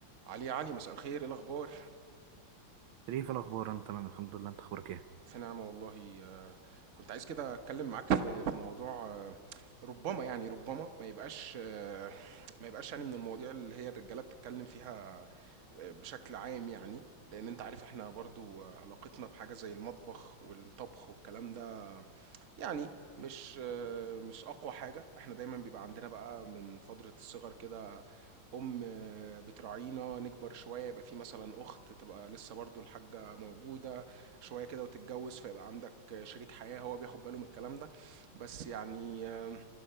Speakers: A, on the right; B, on the right.
A: علي يا علي مساء الخير ايه الاخبار
B: شريف الأخبار أنا تمام الحمد لله أنت أخبارك إيه؟
A: في نعمه والله آه، كنت عايز كده اتكلم معاك في في موضوع آه، ربما يعني ربما ما يبقاش آه، ما يبقاش يعني من المواضيع اللي هي الرجاله بتتكلم فيها آه، بشكل عام يعني لان انت عارف احنا برضو آه، علاقتنا بحاجه زي المطبخ والطبخ والكلام ده يعني مش مش اقوى حاجه احنا دايما بيبقى عندنا بقى من فتره الصغر كده ام بتراعينا نكبر شويه يبقى في مثلا اخت تبقى لسه برضو الحاجه موجوده شويه كده وتتجوز فيبقى عندك شريك حياه هو بياخد باله من الكلام ده بس يعني آم،